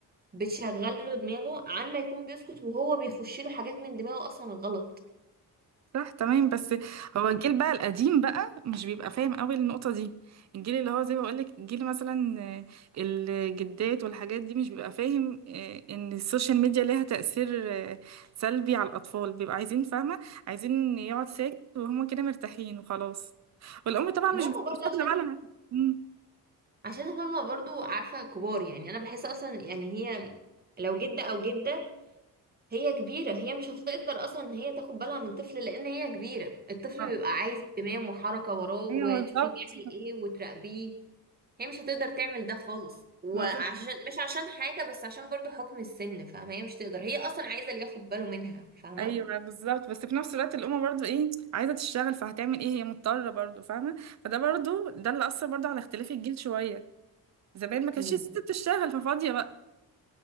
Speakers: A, on the right (about 25°); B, on the right (about 45°).
A: بتشغله دماغه عن ما يكون بيسكت وهو بيخش له حاجات من دماغه اصلا غلط
B: صح تمام بس هو الجيل بقى القديم بقى مش بيبقى فاهم قوي النقطة دي الجيل اللي هو زي ما بقولك الجيل مثلا آه، الجدات والحاجات دي مش بيبقى فاهم آه، ان السوشيال ميديا ليها تأثير آه، سلبي على الأطفال بيبقى عايزين فاهمة عايزين يقعد ساكت وهما كده مرتاحين وخلاص والأم طبعا مش
A: ما هم
B: بتبقى
A: برضه
B: شاغلة
A: عشان
B: بالها مم.
A: عشان هم برضه عارفة كبار يعني أنا بحس أصلا يعني هي لو جدة أو جدة هي كبيرة هي مش هتقدر أصلا إن هي تاخد بالها من طفل لأن هي كبيرة الطفل
B: آه.
A: بيبقى عايز اهتمام وحركة وراه وتشوفيه
B: ايوه بالظبط
A: بيعمل إيه وتراقبيه هي مش هتقدر تعمل ده خالص وعشان
B: بالظبط
A: مش عشان حاجة بس عشان برضه حكم السن فاهمة هي مش تقدر هي أصلا عايزة اللي ياخد باله منها فاهمة
B: ايوه بالظبط بس في نفس الوقت الام برضو ايه عايزه تشتغل فهتعمل ايه هي مضطره برضو فاهمه فده برضو ده اللي اثر برضو على اختلاف الجيل شويه زمان ما كانتش
A: امم
B: الست بتشتغل ففاضيه بقى